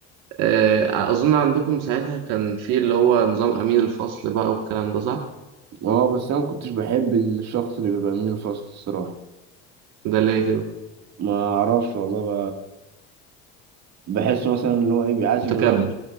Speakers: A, on the right; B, on the right.
A: آه، أظن عندكم ساعتها كان في اللي هو نظام أمين الفصل بقى والكلام ده صح؟
B: اه آه، بس انا ما كنتش بحب الشخص اللي بيبقى من الفصل الصراحه
A: ده ليه كده؟
B: ما اعرفش والله ب... بحس مثلا ان هو ايه بيعايز
A: متكبر
B: يبقى